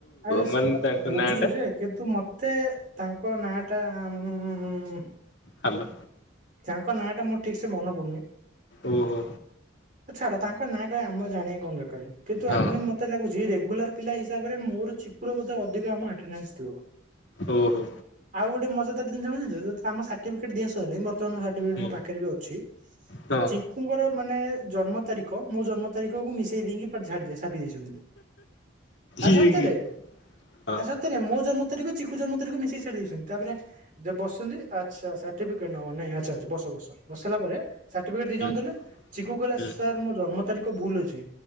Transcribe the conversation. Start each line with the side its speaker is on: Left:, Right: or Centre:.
Right: ଆରେ ସେୟା
Left: ମାନେ ତାଙ୍କ
Right: ବୁଝୁଛି
Left: ନାଁ ଟା
Right: ଯେ କିନ୍ତୁ ମତେ ତାଙ୍କ ନାଁ ଟା ଉଁ ଉଁ ଉଁ ଉଁ
Left: ହାଲୋ।
Right: ତାଙ୍କ ନାଁ ଟା ମୋର ଠିକ ସେ ମନେ ପଡ଼ୁନି
Left: ଓହୋ
Right: ଛାଡ଼ ତାଙ୍କ ନାଁ ଆମ ଜାଣିବା କଣ ଦରକାର କିନ୍ତୁ
Left: ହଁ
Right: ଆମେ ମତେ ଲାଗୁଛି ରେଗୁଲାର ପିଲା ହିସାବରେ ମୋର ଚିକୁର ବୋଧ ଅଧିକ ଆମ ଆଟ୍ନାନ୍ସ୍ ଥିବ
Left: ଓହୋ
Right: ଆଉ ଗୋଟେ ମଜାଦାର ଜିନିଷ କଣ ଆମ ସାର୍ଟିଫିକେଟ ଦିଆ ସରିଲେ <unintelligible> ମୋ
Left: ହୁଁ
Right: ପାଖରେ ବି ଅଛି
Left: ହଁ
Right: ଚିଙ୍କୁଙ୍କର ମାନେ ଜନ୍ମ ତାରିଖ ମୋ ଜନ୍ମ ତାରିଖକୁ ମିଶେଇ ଦେଇକି ଝାଡି ଛାପି ଦେଇଛନ୍ତି ଆରେ
Left: ଇଏ
Right: ସତରେ,
Left: କି ହଁ
Right: ଆରେ ସତରେ ମୋ ଜନ୍ମ ତାରଖ ଚିକୁ ଜନ୍ମ ତାରିଖ ମିଶେଇ ଦେଇଛନ୍ତି ତାପରେ ଯ ବସିଛନ୍ତି ଆଚ୍ଛା ସାର୍ଟିଫିକେଟ ନ ନାଇଁ ଆ୍ଛା ଆଛା ବସ ବସ ବସାରିଲା ପରେ ସାର୍ଟିଫିକେଟ ଦି ଜଣ
Left: ହୁଁ
Right: ଦେଲେ ଚିକୁ କହିଲା
Left: ହୁଁ
Right: ସାର୍ ମୋ ଜନ୍ମ ତାରିଖ ଭୁଲ ଅଛି